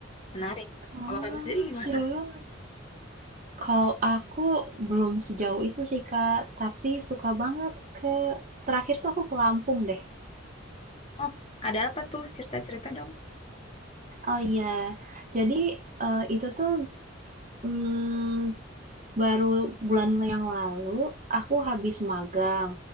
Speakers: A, on the left; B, on the right.
A: menarik.
B: Ah,
A: Kalau kamu sendiri gimana?
B: seru banget. Kalau aku belum sejauh itu sih Kak, tapi suka banget ke terakhir tuh aku ke Lampung deh.
A: Oh ada apa tuh cerita-cerita dong?
B: Oh iya, jadi eh, itu tuh mm, baru bulan yang lalu aku habis magang